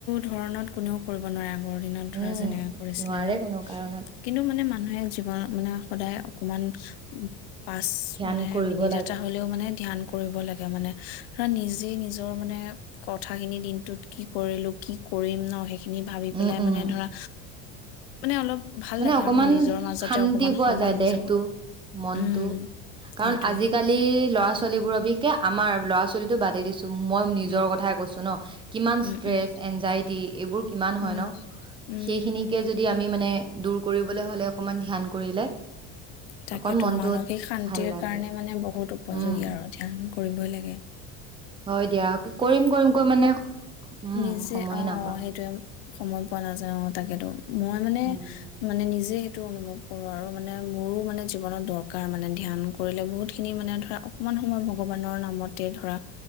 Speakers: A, on the left; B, on the right.
A: ধৰণত কোনেও কৰিব নোৱাৰে। আগৰ দিনত ধৰা
B: উম
A: যেনে কৰিছিলে
B: নোৱাৰে
A: ন
B: কোনো কাৰণত
A: কিন্তু মানে মানুহে জীৱন মানে সদায় অকমান পাঁচ
B: ধ্যান
A: মানে
B: কৰিব
A: মিনিট
B: লাগে।
A: এটা হ'লেও মানে ধ্যান কৰিব লাগে মানে ধৰা নিজে নিজৰ মানে কথাখিনি দিনটোত কি কৰিলো কি কৰিম ন সেই সেই খিনি ভাবি
B: উম,
A: পেলাই
B: উম,
A: মানে ধৰা মানে অলপ ভাল
B: মানে
A: লাগে
B: অকমান
A: আৰু ন নিজৰ মাজতে
B: শান্তি
A: অকমান
B: পোৱা
A: সময়
B: যায়
A: নিজৰ
B: দেহটো মনটো
A: উম
B: কাৰণ
A: সেইটোৱে
B: আজিকালি ল'ৰা ছোৱাল ছোৱলীবোৰ অবিশে আমাৰ ল'ৰা ছোৱালীটো বাদ দিছো উম মই নিজৰ
A: উম
B: কথা কৈছোঁ ন কিমান
A: উম
B: ষ্ট্ৰেছ
A: উম
B: অ এঞ্জইটিএইবোৰ কিমান হয়
A: উম
B: ন
A: উম
B: হেখনিকে যদি আকৌ আমি মানে দূৰ কৰিবলৈ হ'লে অকমান ধ্যান কৰিলে
A: তাকেতো
B: অকন মনটোত
A: মানসিক শান্তিৰ
B: ভাল লাগে।
A: কাৰণে মানে বহুত উপযোগী
B: উম,
A: আৰু ধ্যান। কৰিবই লাগে।
B: হয় দিয়া কৰিম কৰিম কৰি মানে উম
A: নিজে
B: সময়ে
A: অ
B: নাপাওঁ।
A: সেইটোৱে সময় পোৱা নাযায় অ তাকেতো। মই মানে
B: উম,
A: মানে নিজে অনুভৱ কৰো আৰু মানে মোৰো মানে জীৱনত দৰকাৰ মানে ধ্যান কৰিলে বহুত খিনি মানে ধৰা অকমান সময় ভগৱানৰ নামতে ধৰা